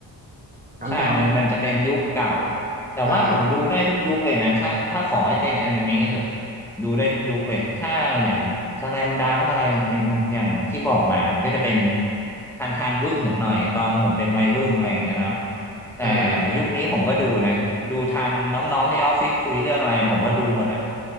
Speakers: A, on the right; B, in the centre.
A: กันดั้ม
B: ใช่มันมันจะเป็นยุคเก่าแต่ว่าผมดูได้ทุกยุคเลยนะ
A: ใช่
B: ถ้าถ้าขอให้เป็นอนิเมะเหอะดูได้ทุกยุคเลย ถ้าอย่างสแลมดังอะไรอย่างอย่างที่บอกมามันก็จะเป็นทันทันรุ่นผมหน่อยตอนผมเป็นวัยรุ่นอะไรอย่างเงี้ยเนาะแต่
A: อ่า
B: ยุคนี้ผมก็ดูนะ ดูทันน้องๆที่ออฟฟิศคุยเรื่องอะไรผมก็ดูหมดอ่ะ